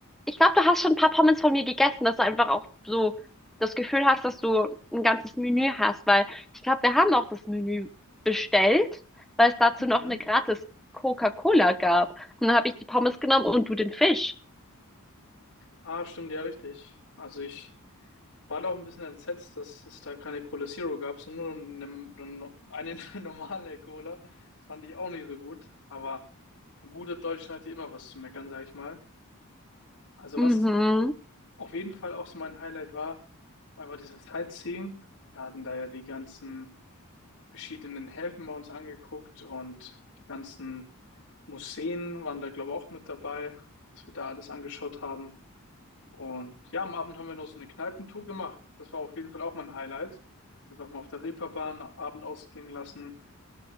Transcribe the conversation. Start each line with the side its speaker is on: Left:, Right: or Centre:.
Centre: ich glaube, du hast schon ein paar Pommes von mir gegessen, dass du einfach auch so das Gefühl hast, dass du ein ganzes Menü hast, weil ich glaube, wir haben auch das Menü bestellt, weil es dazu
Left: Mhm.
Centre: noch eine gratis Coca-Cola gab. Und dann habe ich die Pommes genommen und du den Fisch.
Left: Ah, stimmt ja richtig. Also ich war da auch ein bisschen entsetzt, dass es da keine Cola Zero gab, sondern nur eine, eine <laughs> normale Cola. Das fand ich auch nicht so gut. Aber ein guter Deutscher hat ja immer was zu meckern, sag ich mal. Also
Centre: Mhm.
Left: was auf jeden Fall auch so mein Highlight war, einfach dieses Sightseeing. Wir hatten da ja die ganzen verschiedenen Häfen bei uns angeguckt und die ganzen Museen waren da, glaube ich, auch mit dabei, was wir da alles angeschaut haben. Und ja, am Abend haben wir noch so eine Kneipentour gemacht. Das war auf jeden Fall auch mein Highlight. Einfach mal auf der Reeperbahn Abend ausklingen lassen.